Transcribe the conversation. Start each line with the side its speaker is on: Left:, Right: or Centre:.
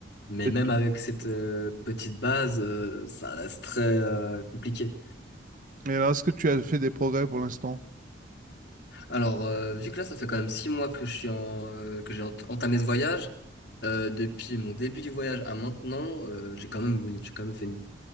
Left: Mais
Right: Et
Left: même avec cette euh, petite base, euh, ça reste très euh, compliqué.
Right: et alors, est-ce que tu as fait des progrès pour l'instant?
Left: Alors, euh, vu que là, ça fait quand même six mois que je suis en, euh, que j'ai ent- entamé ce voyage, euh, depuis mon début du voyage à maintenant, euh, j'ai quand même, oui, j'ai quand même fait une